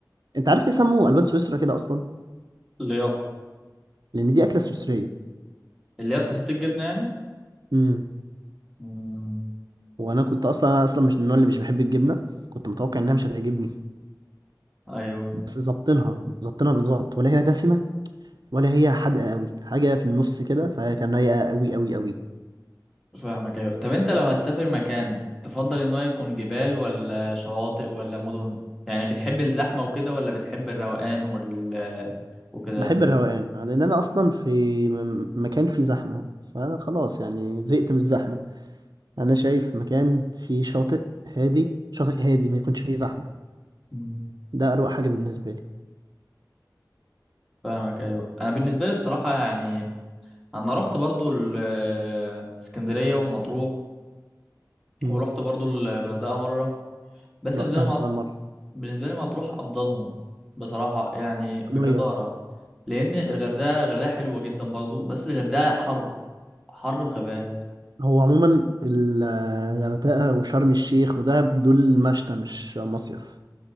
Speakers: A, on the right; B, in the centre.
A: انت عارف ليه سموه البان سويسرا كده اصلا
B: اللي هي اصلا
A: لان دي اكله سويسريه
B: اللي هي تساطيل الجبنه يعني
A: امم
B: مم.
A: وانا كنت اصلا اصلا مش من النوع اللي مش بحب الجبنه كنت متوقع انها مش هتعجبني
B: ايوه
A: بس ظابطينها ظابطينها بالظبط ولا هي دسمه ولا هي حادقه قوي حاجه في النص كده فكان رايقه قوي قوي قوي
B: فاهمك ايوه طب انت لو هتسافر مكان تفضل ان هو يكون جبال ولا شواطئ ولا مدن يعني بتحب الزحمه وكده ولا بتحب الروقان وال وكده
A: بحب الروقان لان انا اصلا في م- مكان فيه زحمه فخلاص يعني زهقت من الزحمه انا شايف مكان فيه شاطئ هادي شاطئ هادي ما يكونش فيه زحمه
B: مم.
A: ده اروق حاجه بالنسبه لي
B: فاهمك ايوه انا بالنسبه لي بصراحه يعني انا رحت برضو ال- اسكندريه ومطروح
A: امم
B: ورحت برضو الغردقه مره بس
A: رحت
B: بالنسبه
A: انا
B: لي
A: كمان مره
B: بالنسبة لي مطروح أفضلهم بصراحة يعني بجدارة
A: ميه
B: لأن الغردقة الغردقة حلوة جدا برضو بس الغردقة حر حر بغباء
A: هو عموما الغردقه وشرم الشيخ ودهب دول مشتى مش مصيف